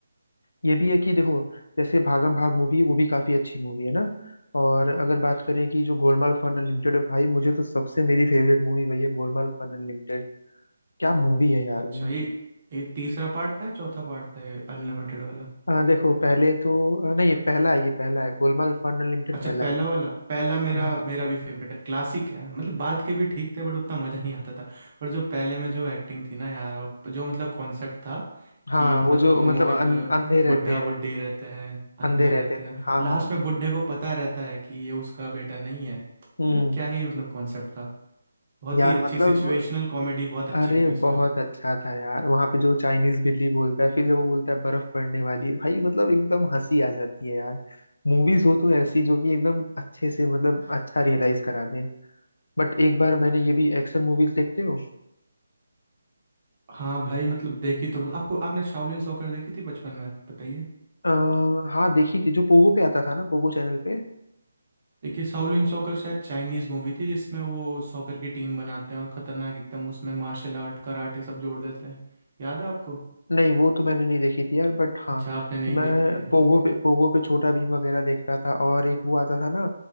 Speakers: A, on the left (about 85°); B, on the right (about 30°).
A: ये भी है कि देखो जैसे भागम भाग मूवी है वो भी काफी अच्छी मूवी है ना और अगर बात करें कि जो गोलमाल फन अनलिमिटेड है भाई मुझे तो सबसे मेरी फेवरेट मूवी वही है गोलमाल फन अनलिमिटेड क्या मूवी है यार
B: अच्छा
A: वो
B: ये ये तीसरा पार्ट था या चौथा पार्ट था ये अनलिमिटेड वाला
A: अ, देखो पहले तो अ, नहीं ये पहला है ये पहला है गोलमाल फन अनलिमिटेड
B: अच्छा
A: पहला
B: पहला
A: है
B: वाला पहला
A: हम्म।
B: मेरा मेरा भी फेवरेट है क्लासिक है यार मतलब बाद के भी ठीक थे बट उतना मज़ा नहीं आता था पर जो पहले में जो एक्टिंग थी ना यार और जो मतलब कॉन्सेप्ट था
A: हाँ
B: कि मतलब
A: वो जो
B: दोनों
A: मतलब
B: एक
A: अन, अंधे रहते
B: बुढ़ा
A: हैं
B: बुढ़ी रहते हैं अंधे
A: अंधे रहते
B: रहते हैं
A: हैं
B: और
A: हाँ
B: लास्ट
A: हाँ
B: में बुढ़े को पता रहता है कि ये उसका बेटा नहीं है मतलब
A: हम्म
B: क्या ही मतलब कॉन्सेप्ट था बहुत
A: यार
B: ही अच्छी
A: मतलब
B: सिचुएशनल कॉमेडी बहुत अच्छी
A: अरे
B: थी उसमें
A: बहुत अच्छा था यार वहां पे जो चाइनीज बिल्ली बोलता है फिर जब वो बोलता है बर्फ पड़ने वाली है भाई मतलब एकदम हंसी आ जाती है यार मूवीज हो तो ऐसी जो कि एकदम अच्छे से मतलब अच्छा रियलाइज करा दें बट एक बार मैंने ये भी एक्शन मूवीज देखते हो
B: हाँ भाई मतलब देखी तो आपको आपने शाओलिन सॉकर देखी थी बचपन में बताइए
A: आ, हाँ देखी थी जो पोगो पे आता था ना पोगो चैनल पे
B: देखिए शाओलिन सॉकर शायद चाइनीज मूवी थी जिसमें वो सॉकर की टीम बनाते हैं और खतरनाक एकदम उसमें मार्शल आर्ट कराटे सब जोड़ देते हैं याद है आपको
A: नहीं वो तो मैंने नहीं देखी थी यार बट हाँ
B: अच्छा आपने नहीं
A: मैं
B: देखी है
A: पोगो पे पोगो पे छोटा भीम वगैरह देखता था और एक वो आता था ना